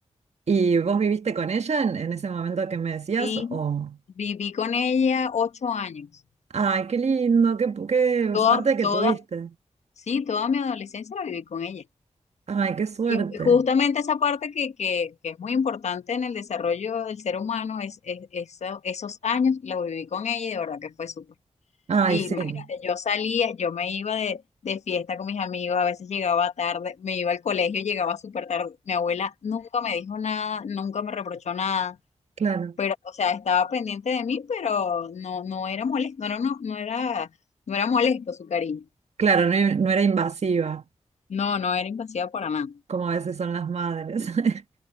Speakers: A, on the right; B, on the left.
A: ¿Y vos viviste con ella en, en ese momento que me decías?
B: Sí,
A: O,
B: viví con ella ocho años.
A: ay, qué lindo, qué, pu- qué
B: Toda,
A: suerte que
B: toda,
A: tuviste.
B: sí, toda mi adolescencia la viví con ella.
A: Ay, qué suerte.
B: Y justamente esa parte que, que, que es muy importante en el desarrollo del ser humano, es, es- eso- esos años lo viví con ella y de verdad que fue súper.
A: Ay,
B: Y
A: sí,
B: imagínate, yo salía, yo me iba de, de fiesta con mis amigos, a veces llegaba tarde, me iba al colegio, llegaba súper tarde. Mi abuela nunca me dijo nada, nunca me reprochó nada,
A: claro.
B: pero, o sea, estaba pendiente de mí, pero no, no era molesto, no era, no, no era, no era molesto su cariño.
A: Claro, no, no era invasiva,
B: No, no era invasiva para nada.
A: como a veces son las madres. <laughs>